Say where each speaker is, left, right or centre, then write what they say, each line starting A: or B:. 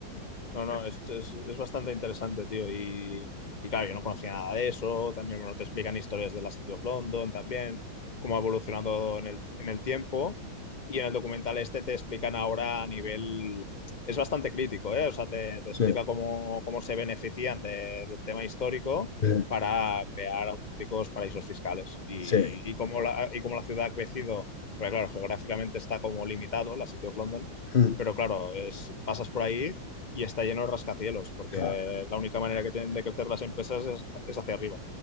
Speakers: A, on the left; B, on the left.
A: No, no, es, es, es bastante interesante, tío. Y, y claro, yo no conocía nada de eso. También, bueno, te explican historias de la City of London también, cómo ha evolucionado en el, en el tiempo. Y en el documental este te explican ahora a nivel... Es bastante crítico, ¿eh? O sea, te, te
B: Sí,
A: explica cómo, cómo se benefician de- del tema histórico
B: sí,
A: para crear auténticos paraísos fiscales. Y,
B: sí,
A: y, cómo la, y cómo la ciudad ha crecido. Porque claro, geográficamente está como limitado la City of London.
B: sí,
A: Pero claro, es, pasas por ahí y está lleno de rascacielos, porque
B: claro,
A: eh, la única manera que tienen de crecer las empresas es, es hacia arriba,